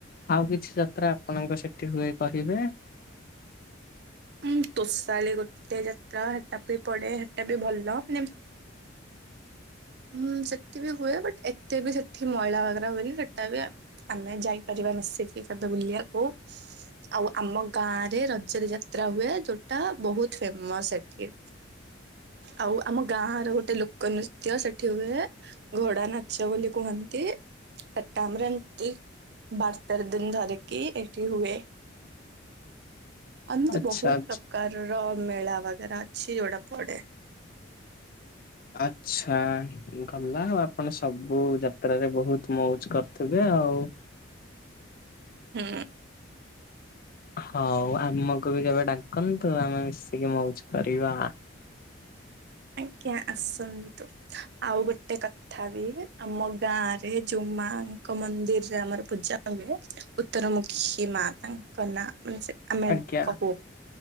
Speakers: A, on the left; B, on the right.
A: ଆଉ କିଛି ଯାତ୍ରା ଆପଣଙ୍କ ସେଠି ହୁଏ କହିବେ?
B: ଉଁ ତୋଷାଲି, ଗୋଟେ ଯାତ୍ରା ହେଟା ବି ପଡେ ହେଟା ବି ଭଲ ମାନେ ହୁଁ ସେଠିବି ହୁଏ ବଟ ଏତେ ବି ସେଠି ମଇଳା ବଗେରା ହୁଏନି ସେଟା ବି ଆମେ ଯାଇପାରିବା ମିଶିକି କେବେ ବୁଲିିବାକୁ। ଆଉ ଆମ ଗାଁ ରେ ରଜରେ ଯାତ୍ରା ହୁଏ ଯୋଉଟା ବହୁତ ଫେମସ ଏଠି। ଆଉ ଆମ ଗାଁର ଗୋଟେ ଲୋକ ନୁ ତ୍ୟ ସେଠି ହୁଏ ଘୋଡା ନାଚ ବୋଲି କୁହନ୍ତି। ସେଟା ଆମର୍ ଏମ୍ତି ବାସ୍ ତେର ଦିନ୍ ଧରିକି ଏଠି ହୁଏ ଆଏମିତି
A: ଆଚ୍ଛା
B: ବହୁତ୍
A: ଆଚ୍ଛା
B: ପ୍ରକାରର ମେଳା ବଗେରା ଅଛି ଯୋଉଟା ପଡେ।
A: ଆଚ୍ଛା। ଗଲା ଆଉ ଆପଣ ସବୁ ଯାତ୍ରାରେ ବହୁତ୍ ମଉଜ୍ କର୍ ଥିବେ ଆଉ।
B: ହୁଁ।
A: ହଉ ଆମକୁ ବି କେବେ ଡାକନ୍ତୁ ଆମେ ମିଶିକି ମଉଜ୍ କରିବା।
B: ଆଜ୍ଞା ଆସନ୍ତୁ। ଆଉ ଗୋଟେ କଥା ବିବେ ଆମ ଗାଁ ରେ ଜଉ ମାଁଙ୍କ ମନ୍ଦିର୍ରେ ଆମର ପୂଜା ଆମେ ଉତ୍ତରମୁଖୀ ମା ତାଙ୍କ ନାଁ ମାନେ ସେ ଆମେ
A: ଆଜ୍ଞା
B: କହୁ